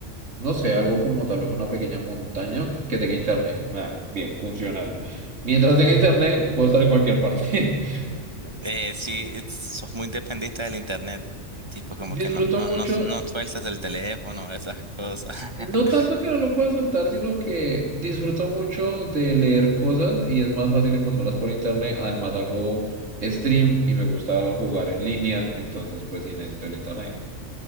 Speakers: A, on the right; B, on the right.
A: no sé, algo como tal vez una pequeña montaña que tenga internet. Ah, bien, funcional. Mientras tenga internet, puedo estar en cualquier parte. <laughs>
B: Eh, sí, es- sos muy dependista del internet, tipo como
A: Disfruto
B: que no, no,
A: mucho,
B: no, no sueltas el teléfono, esas cosas. <laughs>
A: no tanto que no lo pueda soltar, sino que disfruto mucho de leer cosas y es más fácil encontrarlas por internet. Además hago stream y me gusta jugar en línea, entonces pues sí necesito el internet.